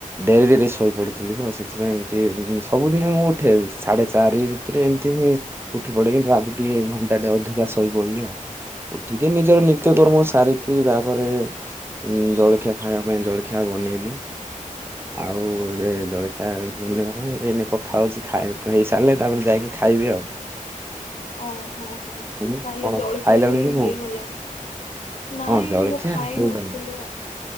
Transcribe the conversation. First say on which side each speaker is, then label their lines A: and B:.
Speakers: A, on the right; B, on the left.
A: ଡେରି ରେ ଟିକେ ଶୋଇ ପଡିଥିଲି ତ। ସେଥିପାଇଁ ସବୁଦିନ ମୁଁ ଉଠେ। ସାଢେ ଚାରି ଭିତରେ ଏମିତି ମୁଁ ଉଠି ପଡେ। କିି ଆଜି ଟିକେ ଘଣ୍ଟା ଟେ ଅଧିକା ଶୋଇ ପଡିଲି ଆଉ। ଉଠିକି ନିଜର ନିତ୍ୟ କର୍ମ ସାରିକି। ତାପରେ ଉଁ ଜଳଖିଆ ଖାଇବା ପାଇଁ। ଜଳଖିଆ ବ ନେଲି।
B: <inaudible>
A: ଆଉ
B: ଆଛା
A: ଏବେ ଜଳଖିଆ ନେବା ପାଇଁ ଏଇନେ କଥା ହଉଛି ଖାଇ ହେଇ ସାରିଲେ, ତାପରେ ଯାଇକି ଖାଇବି ଆଉ।
B: ଓହୋ ହୋ,
A: ତମେ
B: ତାହଲେ
A: କଣ
B: ଜଳଖିଆ
A: ଖାଇଲଣି
B: ବି
A: କି ନାଇଁ?
B: ହେଇଗଲାଣି। ନାଇଁ
A: ହଁ ଜଳଖିଆ
B: ମୁଁ ଖାଇ
A: ହେଇଗଲାଣି।
B: ନଥିଲି ଆଉ।